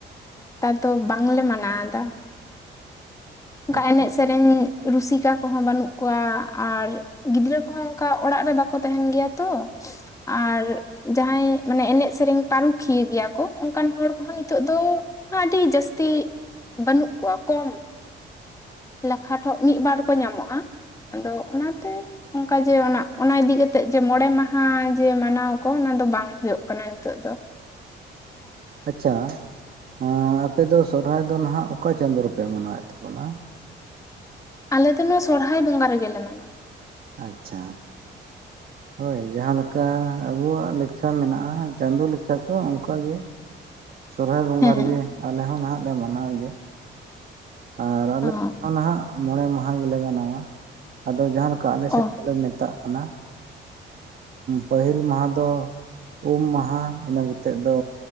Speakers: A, on the left (about 15°); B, on the right (about 50°).
A: ᱛᱟ ᱛᱚ ᱵᱟᱝᱞᱮ ᱢᱟᱱᱟᱣᱫᱟ᱾ ᱚᱱᱠᱟ
B: ᱟᱪᱪᱷᱟ
A: ᱮᱱᱮᱡ ᱥᱮᱨᱮᱧ ᱨᱩᱥᱤᱠᱟ ᱠᱚᱦᱚᱸ ᱵᱟᱹᱱᱩᱜ ᱠᱚᱣᱟ ᱟᱨ ᱜᱤᱫᱽᱨᱟᱹ ᱠᱚᱦᱚᱸ ᱚᱱᱠᱟ ᱚᱲᱟᱜ ᱨᱮ ᱵᱟᱠᱚ ᱛᱟᱦᱮᱱ ᱜᱮᱭᱟ ᱛᱚ ᱟᱨ ᱡᱟᱦᱟᱸᱭ ᱢᱟᱱᱮ ᱮᱱᱮᱡ ᱥᱮᱨᱮᱧ ᱯᱟᱹᱨᱩᱠᱷᱤᱭᱟᱹ ᱜᱮᱭᱟ ᱠᱚ ᱚᱱᱠᱟᱱ ᱦᱚᱲ ᱠᱚᱦᱚᱸ ᱱᱤᱛᱚᱜ ᱫᱚ ᱟᱹᱰᱤ ᱡᱟᱹᱥᱛᱤ ᱵᱟᱹᱱᱩᱜ ᱠᱚᱣᱟ ᱠᱚᱢ ᱞᱮᱠᱷᱟ ᱴᱷᱚᱜ ᱢᱤᱫ ᱵᱟᱨ ᱠᱚ ᱧᱟᱢᱚᱜᱼᱟ ᱟᱫᱚ ᱚᱱᱟᱛᱮ ᱚᱱᱠᱟ ᱡᱮ ᱚᱱᱟ ᱚᱱᱟ ᱤᱫᱤ ᱠᱟᱛᱮᱜ ᱡᱮ ᱢᱚᱬᱮ ᱢᱟᱦᱟ ᱡᱮ ᱢᱟᱱᱟᱣ ᱟᱠᱚ ᱚᱱᱟ ᱫᱚ ᱵᱟᱝ ᱦᱩᱭᱩᱜ ᱠᱟᱱᱟ ᱱᱤᱛᱚᱜ ᱫᱚ᱾
B: ᱟᱪᱪᱷᱟ ᱟᱸ ᱟᱯᱮ ᱫᱚ ᱥᱚᱨᱦᱟᱭ ᱫᱚ ᱱᱟᱦᱟᱜ ᱚᱠᱟ ᱪᱟᱸᱫᱳ ᱨᱮᱯᱮ ᱢᱟᱱᱟᱣᱮᱫ ᱛᱟᱵᱚᱱᱟ?
A: ᱟᱞᱮ ᱫᱚ ᱱᱚᱣᱟ ᱥᱚᱨᱦᱟᱭ ᱵᱚᱸᱜᱟ ᱨᱮᱜᱮᱞᱮ ᱢᱟᱱᱟᱣᱟ᱾
B: ᱟᱪᱪᱷᱟ᱾ ᱦᱳᱭ ᱡᱟᱦᱟᱸ ᱞᱮᱠᱟ ᱟᱵᱚᱣᱟᱜ ᱞᱮᱠᱷᱟ ᱢᱮᱱᱟᱜᱼᱟ ᱪᱟᱸᱫᱚ ᱞᱮᱠᱷᱟ ᱠᱚ ᱚᱱᱠᱟᱜᱮ᱾ ᱥᱚᱨᱦᱟᱭ ᱵᱚᱸᱜᱟ
A: ᱦᱮᱸ
B: ᱨᱮᱜᱮ ᱟᱞᱮ ᱦᱚᱸ ᱱᱟᱦᱟᱜ ᱞᱮ ᱢᱟᱱᱟᱣ ᱜᱮᱭᱟ᱾ ᱟᱨ ᱟᱞᱮ
A: ᱚ
B: ᱦᱚᱸ ᱱᱟᱦᱟᱜ ᱢᱚᱬᱮ ᱢᱟᱦᱟ ᱜᱮᱞᱮ ᱢᱟᱱᱟᱣᱟ ᱟᱫᱚ ᱡᱟᱦᱟᱸ ᱞᱮᱠᱟ ᱟᱞᱮ ᱥᱮᱫ
A: ᱚ
B: ᱫᱚᱞᱮ ᱢᱮᱱ ᱢᱮᱛᱟᱜ ᱠᱟᱱᱟ ᱯᱟᱹᱦᱤᱞ ᱢᱟᱦᱟ ᱟᱫᱚ ᱩᱢ ᱢᱟᱦᱟ ᱤᱱᱟᱹ ᱠᱟᱛᱮᱫ ᱫᱚ